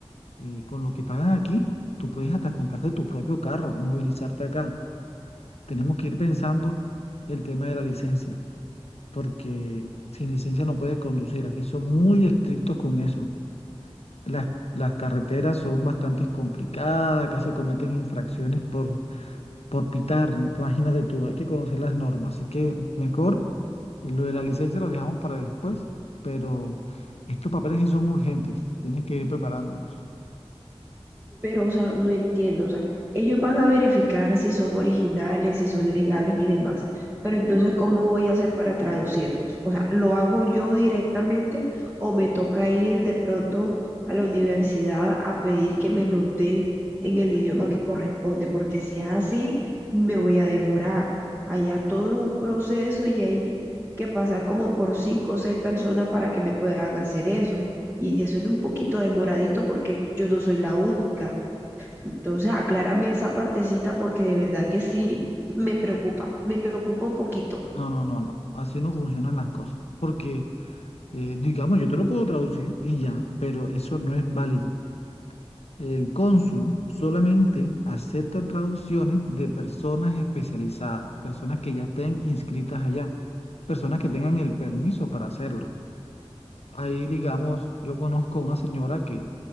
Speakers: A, on the left (about 80°); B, on the right (about 20°).
A: eh, con lo que pagan aquí, tú puedes hasta comprarte tu propio carro, movilizarte acá. Tenemos que ir pensando el tema de la licencia, porque sin licencia no puedes conducir. Aquí son muy estrictos con eso. Las, las carreteras son bastante complicadas, acá se cometen infracciones por por pitar, imagínate tú, hay que conocer las normas, así que mejor lo de la licencia lo dejamos para después, pero estos papeles sí son urgentes, tienes que ir preparándolos.
B: pero, o sea, no entiendo, o sea, ellos van a verificar si son originales, si son legales y demás, pero entonces, ¿cómo voy a hacer para traducirlos? O sea, ¿lo hago yo directamente o me toca ir de pronto a la universidad a pedir que me lo den en el idioma que corresponde? Porque si es así, me voy a demorar. Allá todo es un proceso y hay que pasar como por cinco o seis personas para que me puedan hacer eso. Y eso es un poquito demoradito porque yo no soy la única. Entonces, aclárame esa partecita porque de verdad que sí me preocupa, me preocupa un poquito.
A: No, no, no, no, así no funcionan las cosas, porque eh, digamos, yo te lo puedo traducir y ya, pero eso no es válido. El cónsul solamente acepta traducciones de personas especializadas, personas que ya estén inscritas allá, personas que tengan el permiso para hacerlo. Ahí, digamos, yo conozco una señora que